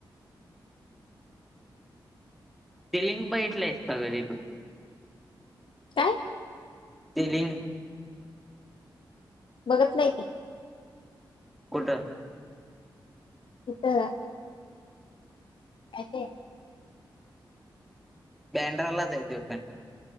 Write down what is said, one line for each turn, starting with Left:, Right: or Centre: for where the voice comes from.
Centre: सिलिंग पण इटलंय सग तथू
Left: काय
Centre: फिलिंग
Left: बघत नाही की
Centre: कुठ
Left: इ तर काते
Centre: बँड्रालाच येत पण